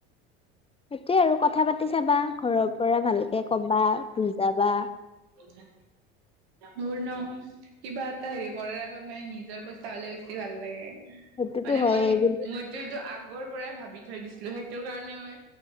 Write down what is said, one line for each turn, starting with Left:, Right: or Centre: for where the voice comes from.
Left: সেইটোৱে আৰু কথা পাতি চাবা ঘৰৰ পৰা ভালকে কবা বুজাবা
Right: বুজাম মোৰ ন কিবা এটা হেৰি কৰাৰ আগত মানে নিজৰ পইচা হলে বেছি ভাল লাগে
Left: সেইটোতো
Right: মানে
Left: হয়েই
Right: মই
Left: কিন্তু
Right: মইতো এইটো আগৰ পৰাই ভাবি থৈ দিছিলো সেইটো কাৰণে মই